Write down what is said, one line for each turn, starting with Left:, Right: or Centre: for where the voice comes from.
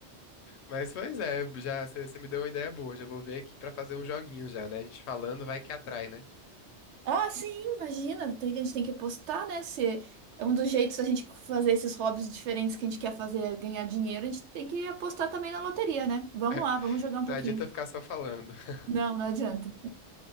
Left: Mas pois é, já você me deu uma ideia boa. Já vou ver aqui pra fazer um joguinho já, né? A gente falando vai que atrai, né?
Right: Ah, sim, imagina. tem- A gente tem que postar, né? Se é um dos jeitos da gente fazer esses hobbies diferentes que a gente quer fazer, é ganhar dinheiro, a gente tem que apostar também na loteria, né? Vamos
Left: <laughs>
Right: lá, vamos jogar um pouquinho.
Left: Não adianta ficar só falando. <laughs>
Right: Não, não adianta.